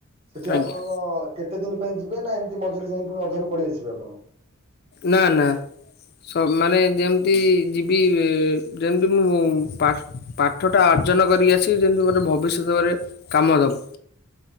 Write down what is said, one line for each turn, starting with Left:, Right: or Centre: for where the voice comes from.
Right: ସେଠି
Left: ଆଜ୍ଞା।
Right: ଆପଣଙ୍କ କେତେ ଦିନ ପାଇଁ ଯିବେ ନା ଏମିତି ମଝିରେ ଯାଇ ପୁଣି ଅଧାରୁ ପଳେଇ ଆସିବେ ଆପଣ?
Left: ନା ନା ସ ମାନେ ଯେମିତି ଯିବି ଯେମିତି ମୁଁ ପାଠ୍ ପାଠଟା ଅର୍ଜନ କରିକି ଆସିବି ଯେମିତି ମୋର ଭବିଷ୍ୟତରେ କାମ ଦବ।